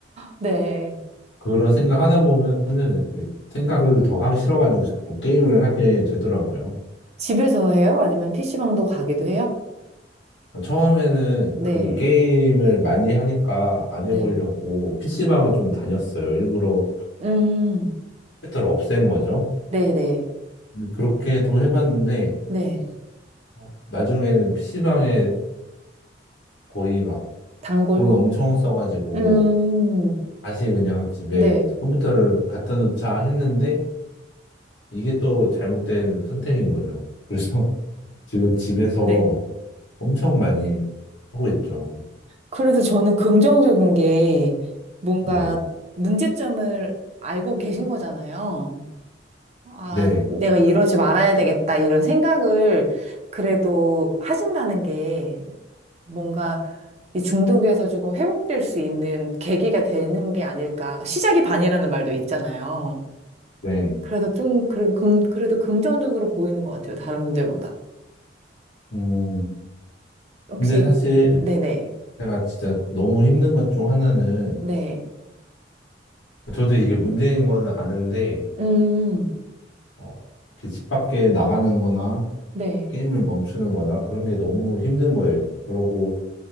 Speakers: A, on the right; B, on the left.
A: 네. 네.
B: 그런 생각하다 보면은 이렇게 생각을 더 하기 싫어가지고 자꾸 게임을 하게 되더라고요.
A: 집에서 해요? 아니면 PC방도 가기도 해요?
B: 처음에는
A: 네,
B: 그 게임을 많이 하니까 안
A: 네.
B: 해보려고 PC방을 좀 다녔어요. 일부러
A: 음,
B: 컴퓨터를 없앤 거죠.
A: 네네, 네.
B: 근데 그렇게도 해봤는데
A: 네.
B: 어, 나중에는 PC방에 거의 막
A: 단골.
B: 돈 엄청 써가지고
A: 음,
B: 다시 그냥 집에
A: 네,
B: 컴퓨터를 갖다 놓자 했는데 이게 또 잘못된 선택인 거죠. 그래서 <laughs> 지금 집에서
A: 네.
B: 엄청 많이 하고 있죠.
A: 그래도 저는 긍정적인 게 뭔가
B: 네,
A: 문제점을 알고 계신 거잖아요. 아,
B: 네,
A: 내가 이러지 말아야 되겠다, 이런 생각을 그래도 하신다는 게 뭔가 이 중독에서 조금 회복될 수 있는 계기가 되는 게 아닐까. 시작이 반이라는 말도 있잖아요.
B: 네.
A: 그래도 좀, 그, 금, 그래도 긍정적으로 보이는 것 같아요. 다른 분들보다.
B: 음,
A: 혹시,
B: 근데 사실
A: 네네,
B: 제가 진짜 너무 힘든 것 중 하나는
A: 네.
B: 저도 이게 문제인 거는 아는데
A: 음,
B: 어, 이렇게 집 밖에 나가는 거나
A: 네,
B: 게임을 멈추는 거나 그런 게 너무 힘든 거예요. 그러고